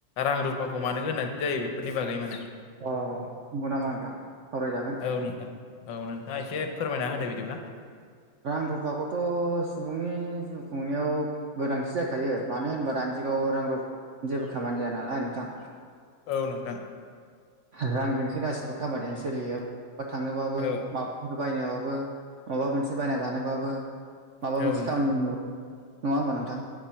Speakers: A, on the left; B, on the right.
A: रां रुफाखौ मानो गोनांथि जायो बेफोरनि नि बागै माने।
B: अ नोंगौ नामा नोंथां सावरायजागोन।
A: औ नोंथां औ नोंथाङा एसे फोरमायना होदो बिदिब्ला।
B: रां रुफाखौथ' सुबुंनि जिउ खुंनायाव गोनांथि जाखायो मानो होनबा दानि जुगाव रां रु <unintelligible> जेबो खामानि जाया नालाय नोंथां।
A: औ नोंथां
B: रांजोंसो गासिबो खामानियानो सोलियो बहा थांनोबाबो
A: औ
B: माब फोर बायनोबाबो माबा मोनसे बायना जानोबाबो माबा
A: औ
B: मोनसे
A: नोंथां
B: खामानि <unintelligible> नङा होमबा नोंथां?